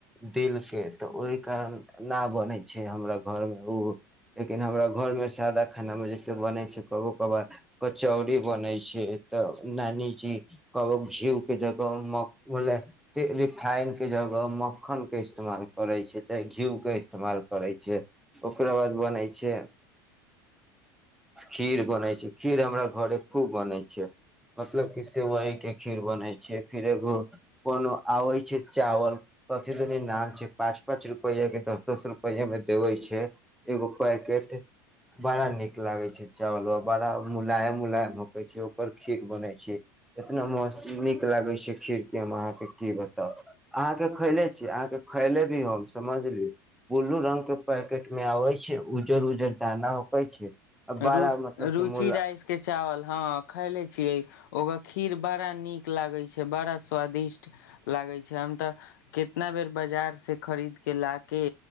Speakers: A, in the centre; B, on the left.
A: दिल के तऽ ओहि कारण न बनै छै हमरा घर में ओ लेकिन हमरा घर में सादा खाना मे जैसे बनै छै कबो कबार कचौड़ी बनै छै। तऽ नानीजी कह घयू के जगह रिफाइनक जगह मक्खन के इस्तेमाल करै छै चे घी के इस्तेमाल करै छै ओकरा बाद बनै छै खीर बनै छै खीर हमरा घरे खू। बनै छै मतलब की सेवई के खीर बनै छै फिर एगो कोनो आबे छै चावल कथी दनी नाम छै, पाँच- पाँच रुपआ में दस- दस रुपआ में देवे छै, एगो पैकेट बड़ा नीक लागे छै चावल बड़ा मुलायम-मुलायम। होइ छै ओकर खीर बनै छै इतना मस्त नीक लागै छै खीर क हम अहाँके की बताउ, अहाँके खैले छी अहाँके खैले भी हम समझली बुल्लू रङंगगके पैकेट में आबै छै उज्जर-उज्जर दाना उकै छै। आ बड़ा
B: रु,
A: मतलब
B: रुचि
A: के मुला
B: राइस के चावल हँ। खयले छियै ओकर खीर बड़ा नीक लागै छै बड़ा स्वादिष्ट लागै छै, हम तऽ कितना बेर बाजारसँ खरीद कऽ ला कऽ।